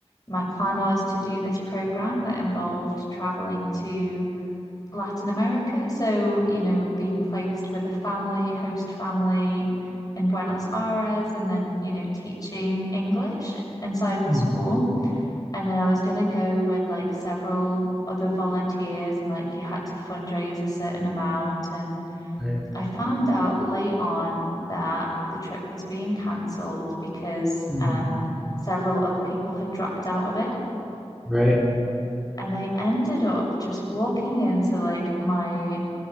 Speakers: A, on the left; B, in the centre.
A: my plan was to do this program that involved traveling to Latin America. So, you know, being placed with a family, host family in Buenos Aires, and then, you know, teaching English inside of a
B: Hmm.
A: school. And then I was going to go with like several other volunteers, and like you had to fundraise a certain amount. And
B: Right.
A: I found out late on that the trip was being cancelled because
B: Hmm.
A: um, several other people had dropped out of it.
B: Right.
A: And I ended up just walking into like my